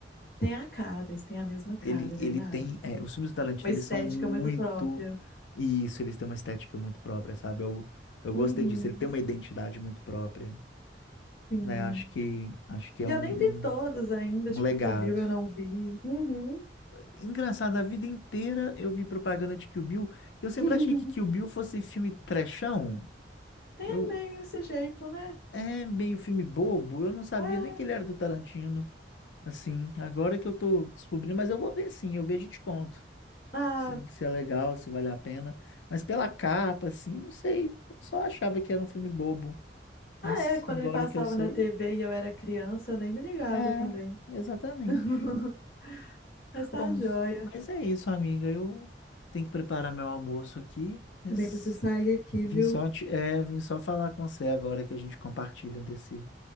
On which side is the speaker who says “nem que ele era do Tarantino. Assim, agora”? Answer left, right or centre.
Left